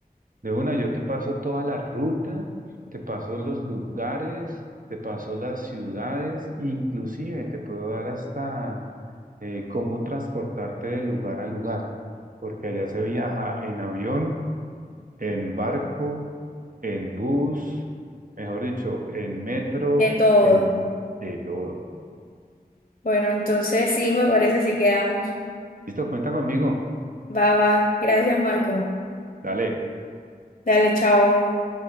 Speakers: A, on the right; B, on the left.
A: De una, yo te paso toda la ruta, te paso los lugares, te paso las ciudades, inclusive te puedo dar hasta eh, cómo transportarte de lugar a lugar, porque allá se viaja en avión, en barco, en bus, mejor dicho, en metro,
B: De todo.
A: en de todo.
B: Bueno, entonces sí, me parece así quedamos.
A: Listo, cuenta conmigo.
B: Va, va. Gracias, Marco.
A: Dale.
B: Dale, chao.